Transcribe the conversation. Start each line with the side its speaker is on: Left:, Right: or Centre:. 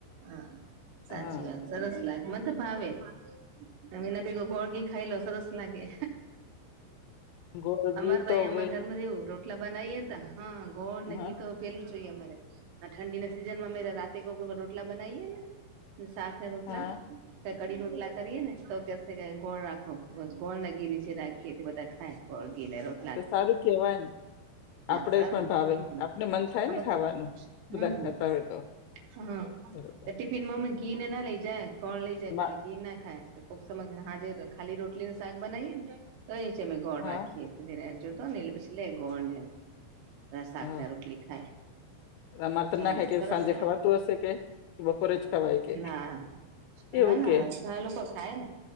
Right: હા સાચી
Left: હા
Right: વાત. સરસ લાગ મન તો ભાવે. એમ એના ભેગો ગોળ ઘી ખાઈ લો સરસ લાગે.
Left: ગોળ
Right: અમારે
Left: ઘી
Right: તો એ આમાં
Left: હવે
Right: ઘરમાં તો એવું રો ટલા બનાઈએ ને તા હા ગોળ ને
Left: હા
Right: ઘીતો પેલું જોઈએ અમારે. આ ઠંડીના સીઝનમાં રાતે કોક રોટલા બનાઈને શાક ને રોટલા.
Left: હા
Right: કઢી રોટલા કરીએ ને તો કેશે કે ગોળ રાખો. બસ ગોળ ને ઘી નીચે રાખીએ તે બધા ખાય. ગોળ ઘી ને રોટ
Left: તો સારું કેવાય ને.
Right: હા
Left: આપણે
Right: સારું
Left: પણ
Right: ને
Left: ભાવે.
Right: હમ
Left: આપને મન થાય
Right: આમ
Left: ને ખાવાનું
Right: તો
Left: બધા
Right: હમ
Left: ખાતા હોય તો.
Right: હા
Left: બરોબર
Right: તે ટિફિનમાં અમે ઘીને ના લઈ જાય. ગોળ લઈ
Left: તમા
Right: જાય ખાલી ઘી ના ખાય. તો કોક સમય સાંજે તો ખાલી રોટલીને શાક બનાવીએ ને. તો એ છે અમે ગોળ
Left: હા
Right: રાખીએ જેને જોતો હોય ને એટલે પછી લે ગોળ ને શાકને
Left: હા
Right: રોટ ઘી ખાય.
Left: અમારે તો
Right: ચાલે
Left: ના ખાય કેય
Right: સરસ
Left: સાંજે
Right: લાગે
Left: ખવાતું હશે કે બપોરે જ ખવાય
Right: ના
Left: કે. એવું
Right: ના ના
Left: કે
Right: ઘણા લોકો ખાય ને